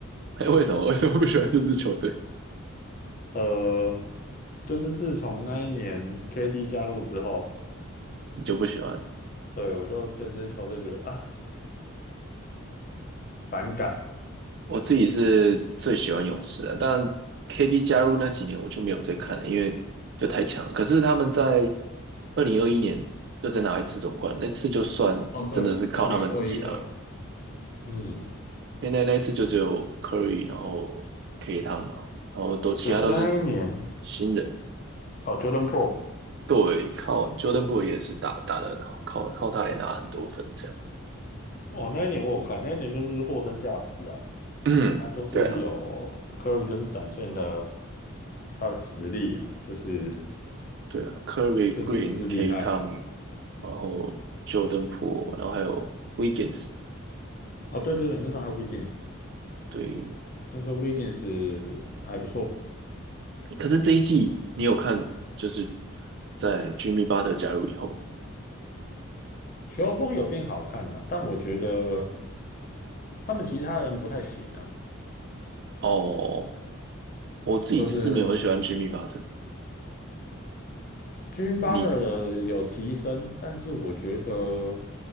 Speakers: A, on the right; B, on the left.
A: 哎，为什么为什么不喜欢这支球队？
B: 呃，就是自从那一年 KD 加入之后，
A: 你就不喜欢？
B: 对，我就对这支球队觉得啊反感。
A: 我自己是最喜欢勇士的，但 KD 加入那几年我就没有再看了，因为就太强了。可是他们在二零二一年又再拿一次总冠，那次就算真的是靠他们自己拿，
B: 哦，对，二零二一二二2嗯，
A: 因为那那一次就只有 Curry，然后 K 汤嘛，然后都其他都是
B: 对，那一年
A: 新人，
B: 哦，Jordan Po，r
A: 对，靠 Jordan p o o l 也是打打得很好，靠靠他也拿了很多分这样。
B: 哦，那一年我有看，那一年就是货真价实啊，
A: <clears throat> 嗯，
B: 他就是有
A: 对啊，
B: Curry，就是展现了他的实力啊，就是
A: 对啊，Curry、
B: 就真的是厉害
A: Green、K Town，然后 Jordan p o o l 然后还有 Wiggins。
B: 哦，对对对，那时候还有 Wiggins，
A: 对，
B: 那时候 Wiggins 还不错，
A: 可是这一季你有看，就是在 Jimmy Butler 加入以后，
B: 球风有变好看啊，但我觉得他们其他人不太行啊，
A: 哦，我自己是没有很喜欢
B: 就是
A: Jimmy Butler。
B: j i m m
A: 你，
B: t 的有提升，但是我觉得，